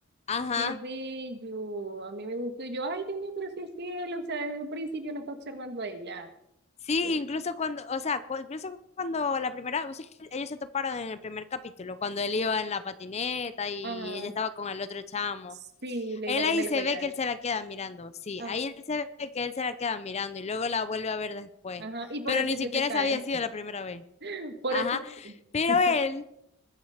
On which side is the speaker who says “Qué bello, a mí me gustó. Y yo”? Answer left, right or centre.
Right